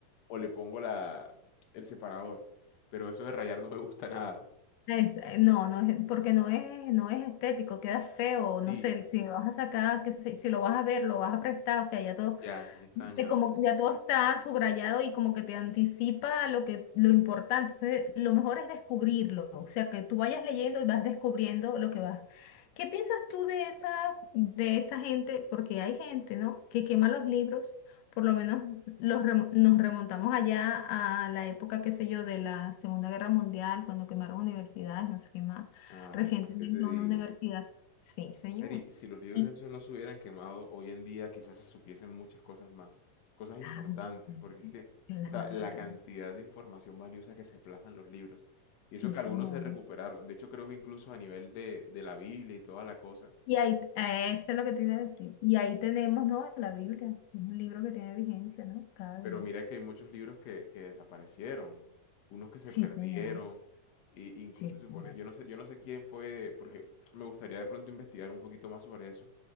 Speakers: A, on the left; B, on the left.
A: o le pongo la, el separador, pero eso de rayar no me gusta nada.
B: Es- eh, no, no es, porque no es, no es estético, queda feo, no
A: Sí,
B: sé, si lo vas a sacar, que se- si lo vas a ver, lo vas a prestar, o sea, ya todo
A: ya, ya está
B: de
A: dañado.
B: como ya todo está subrayado y como que te anticipa lo que lo importante. Entonces, lo mejor es descubrirlo, o sea, que tú vayas leyendo y vas descubriendo lo que vas. ¿Qué piensas tú de esa de esa gente? Porque hay gente, ¿no? que quema los libros. Por lo menos los remo- nos remontamos allá a la época, qué sé yo, de la Segunda Guerra Mundial, cuando quemaron universidades, no sé qué más.
A: Ay,
B: Recientemente
A: pues qué te digo.
B: una universidad. Sí, señor.
A: Mary, si los libros
B: Y,
A: esos no se hubieran quemado, hoy en día quizás se supiesen muchas cosas más, cosas importantes,
B: ay, sí,
A: porque es que, o
B: claro.
A: sea, la cantidad de información valiosa que se plasma en los libros, y
B: Sí,
A: eso que
B: señor.
A: algunos se recuperaron, de hecho creo que incluso a nivel de, de la Biblia y toda la cosa,
B: Y ahí, eh, eso es lo que te iba a decir. Y ahí tenemos, ¿no? La Biblia, que es un libro que tiene vigencia, ¿no? Cada
A: pero
B: día.
A: mira que hay muchos libros que, que desaparecieron, unos que se
B: Sí,
A: perdieron,
B: señor.
A: y incluso
B: Sí,
A: se
B: señor.
A: supone, yo no sé, yo no sé quién fue, porque me gustaría de pronto investigar un poquito más sobre eso